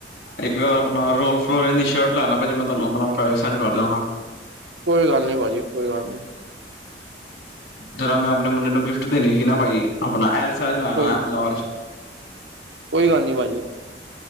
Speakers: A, on the left; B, on the right.
A: ਇੱਕ ਆਪਣਾ ਰੋਲ ਫਲੋ ਦੀ ਸ਼ਰਟ ਲੈਣਾ ਭਾਜੀ ਮੈਂ ਤੁਹਾਨੂੰ ਆਪਣਾ ਪੈਸੇ ਸੈਂਡ ਕਰ ਦਵਾਗਾ।
B: ਕੋਈ ਗੱਲ ਨਹੀਂ ਭਾਜੀ ਕੋਈ ਗੱਲ ਨਹੀਂ।
A: ਜਰਾ ਮੈਂ ਆਪਣੇ ਮੁੰਡੇ ਨੂੰ ਗਿਫਟ ਦੇਣੀ ਸੀ ਨਾ ਭਾਈ ਆਪਣਾ ਐਲ ਸਾਈਜ਼ ਲੈਣਾ
B: ਕੋਈ
A: ਲਾਰਜ।
B: ਕੋਈ ਗੱਲ ਨੀ ਭਾਜੀ।